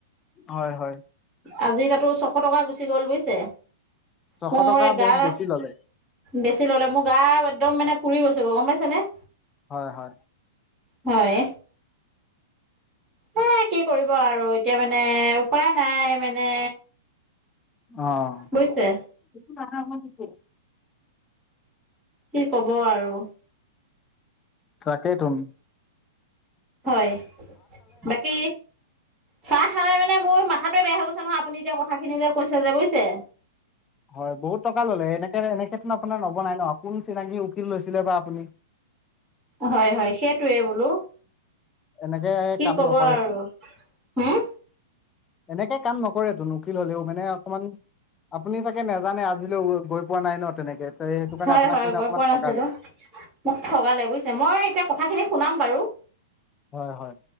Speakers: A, on the left; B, on the right.
A: হয় হয়।
B: আজি তাতো ছশ টকা গুচি গ'ল বুজিছে।
A: ছশ
B: মোৰ
A: টকা
B: গা
A: বহুত বেছি ললে।
B: বেছি ললে, মোৰ গা একদম মানে পুৰি গৈছো গ গম পাইছে নে?
A: হয়, হয়।
B: হয়। হেই কি কৰিব আৰু এতিয়া মানে মানে উপাই নাই মানে।
A: অ',
B: বুজিছে
A: নাহা হ'ল কি
B: কি কব আৰু।
A: তাকেইতন
B: হয়, বাকী চাহ খালে মানে মোৰ মাথাটোৱে বেয়া হৈ গৈছে নহয় আপুনি এতিয়া কথাখিনি যে কৈছে যে বুজিছে।
A: হয় বহুত টকা ললে, এনেক এনে <unintelligible> আপোনাৰ নবনাই ন কোন চিনাকী উকিল লৈছিলে বা আপুনি।
B: হয় হয় সেইটোৱে বোলো।
A: এনেকে
B: কি
A: কাম
B: কব
A: নকৰেতোন
B: আৰু, হম?
A: এনেকে কাম নকৰেতো, ঊকীল হলেও মানে অকমান আপুনি চাগে নোজানে আজিলৈ গৈ পোৱা নাই ন তেনেকে। ত সেইটো কাৰণে
B: হয়
A: আপোনাক
B: হয়,
A: মানে
B: গৈ
A: অকমান
B: পোৱা নাছিলো,
A: ঠগালে
B: মোক ঠগালে বুজিছে। মই এতিয়া কথাখিনি শুনাম বাৰু।
A: হয় হয়।